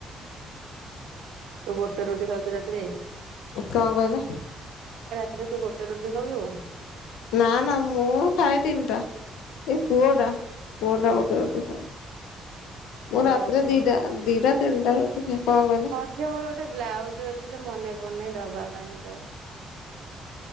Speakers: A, on the right; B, on the left.
A: ତୁ ଗୋଟେ ରୁଟି ଖାଉଛୁ ରାତିରେ?
B: କଣ କହିଲ
A: ରାତିରେ ତୁ ଗୋଟେ ରୁଟି ଖାଉଛୁ?
B: ନା ନା ମୁଁ ଖାଏ ତିନିଟା। ଏ ପୁଅଟା, ପୁଅଟା ଗୋଟେ ରୁଟି ଖାଏ।
A: <inaudible>
B: ମୁଁ ରାତିରେ
A: ଗୋଟେ
B: ଦିଟା ଦିଟା ତିନିଟା ରୁଚି ଖାଏ। କଣ କହିଲ?
A: ହଁ ଝିଅ ମୋର ଗୋଟେ ବ୍ଲାଉଜ ଅଛି ମନେ ପଡୁନାଇ ଦବା ପାଇଁ ହେଟା।